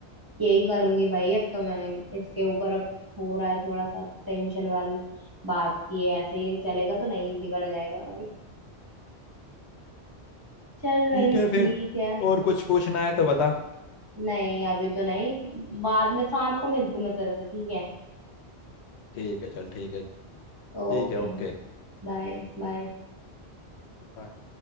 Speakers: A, on the right; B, on the left.
A: यही करूंगी भाई अब तो मैं इसके ऊपर अब हो रहा है थोड़ा सा टेंशन वाली बात की है ऐसे ही चलेगा तो नहीं बिगड़ जाएगा भाई चल भाई
B: ठीक है फिर
A: ठीक है
B: और कुछ पूछना है तो बता
A: नहीं अभी तो नहीं बाद में शाम को मिलती हूँ मैं तेरे से ठीक है
B: ठीक है चल ठीक है ठीक
A: ओके
B: है ओके
A: Bye bye
B: बाय